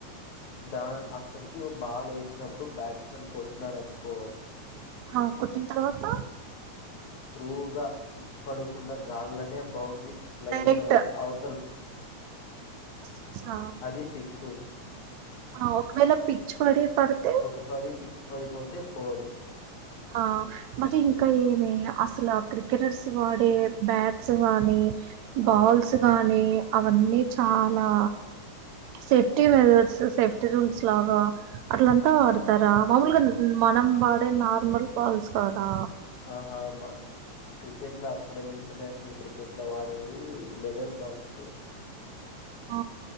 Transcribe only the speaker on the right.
ఆ కొట్టిన తర్వాత
డైరెక్ట్
సిక్సా
ఆ ఒకవేళ పిచ్ పడే పడ్
ఆ మరి ఇంకా ఏమి అసలు ఆ క్రికెటర్స్ వాడే బ్యాట్స్ గానీ బాల్స్
గానీ అవన్నీ చాలా సేఫ్టీ మెదర్స్, సేఫ్టీ రూల్స్, లాగా అట్లంతా వాడతారా మామూలుగా, మనం వాడే నా ఉమ్మల్ పాల్స్ కదా.
ఆ!